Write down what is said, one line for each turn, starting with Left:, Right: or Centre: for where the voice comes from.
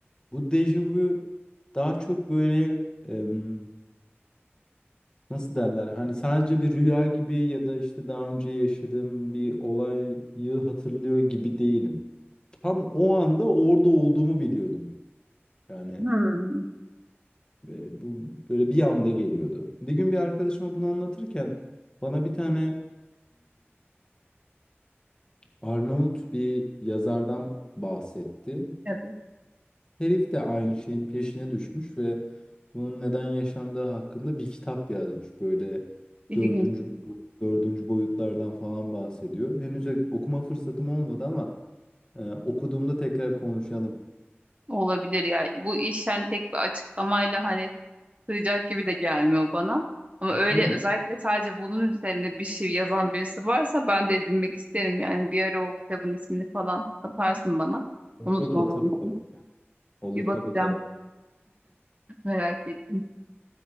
Left: bu dejavu daha çok böyle em, nasıl derler? Hani sadece bir rüya gibi ya da işte daha önce yaşadığım bir olayı hatırlıyor gibi değilim. Tam o anda orada olduğumu biliyordum. Yani
Right: Hmm,
Left: ve bu böyle bir anda geliyordu. Bir gün bir arkadaşıma bunu anlatırken bana bir tane Arnavut bir yazardan bahsetti.
Right: evet.
Left: Herif de aynı şeyin peşine düşmüş ve bunun neden yaşandığı hakkında bir kitap yazmış. Böyle
Right: İlginç
Left: dördüncü, dördüncü boyutlardan falan bahsediyor. Henüz okuma fırsatım olmadı ama e, okuduğumda tekrar konuşalım.
Right: olabilir ya. Bu iş yani tek bir açıklamayla hani sığacak gibi de gelmiyor bana. Ama
Left: Değil
Right: öyle
Left: mi?
Right: özellikle sadece bunun üzerine bir şey yazan birisi varsa ben de edinmek isterim. Yani bir ara o kitabın ismini falan atarsın bana. Unutmamam
Left: Olur atarım
Right: için.
Left: tabii. Olur
Right: Bir bakacağım.
Left: tabii ki atarım.
Right: <laughs> Merak ettim.